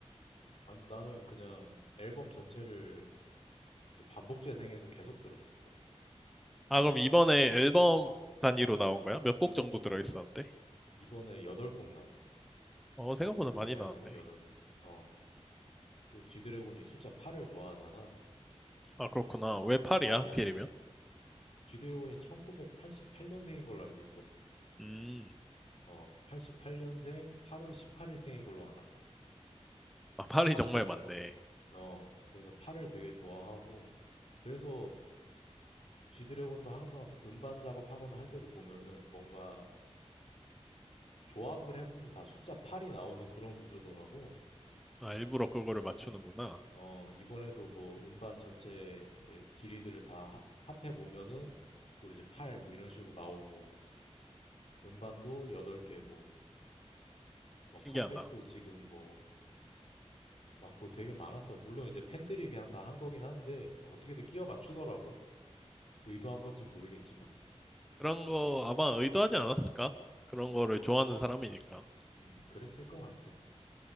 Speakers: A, on the left; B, in the centre.
A: 완- 나는 그냥 앨범 전체를 반복 재생해서 계속 들었었어
B: 아, 그럼 이번에 앨범 단위로 나온 거야? 몇 곡 정도 들어있었는데?
A: 이번에 여덟 곡 나왔어
B: 어, 생각보다
A: 이번에
B: 많이
A: 새 앨범에
B: 나왔네.
A: 여덟 곡 어또 G드래곤이 숫자 8을 좋아하잖아
B: 아, 그렇구나. 왜 파리야,
A: 어
B: 하필이면?
A: 그래서 또 G드래곤이 1988년생인 걸로 알고
B: 음,
A: 어, 88년생 8월 18일생인 걸로 알아.
B: 아, 파리 정말
A: 그래서
B: 많네.
A: 어, 그래서 팔을 되게 좋아하고 그래서 G드래곤도 항상 음반 작업하거나 할 때도 보면은 뭔가 조합을 해보면 다 숫자 8이 나오는 그런 구조더라고.
B: 아, 일부러 그거를 맞추는구나.
A: 어, 이번에도 뭐 음반 전체 이제 길이들을 다 합해 보면은 또 이제 8 뭐 이런 식으로 나오고 음반도 8개고 뭐
B: 신기하다.
A: 컴백도 지금 뭐 막 뭐 되게 많았어. 물론 이제 팬들이 그냥 다 한 거긴 한데 뭐 어떻게든 끼워 맞추더라고. 의도한 건지 모르겠지만.
B: 그런 거 아마 의도하지 않았을까? 그런 거를 좋아하는 사람이니까.
A: 음, 그랬을 것 같아.